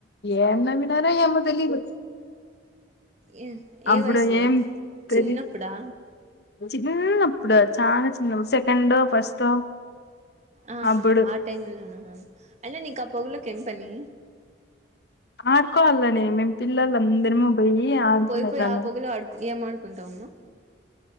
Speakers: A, on the left (about 60°); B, on the right (about 35°).
A: ఏం నవ్వినారో ర ఏమో తెలీదు
B: ఏ
A: అప్పుడు
B: ఏ వయసులో
A: ఏం తె
B: చిన్నప్పుడా
A: చిన్న ఇప్పుడు చాలా చిన్న సెకండ్ ఓ ఫస్ట్
B: ఆహా
A: అప్పుడు
B: ఆ టైమ్ల్లో ఐనా నీకీ ఆ పగలోకి ఎం పనీ
A: ఆదుకోవాలి అని మేం పిల్లలు అందరము పోయి ఆనేలాళ
B: పోయి పోయి ఆ పొగలో ఆడుకు ఏం ఆడుకుంటావమ్మా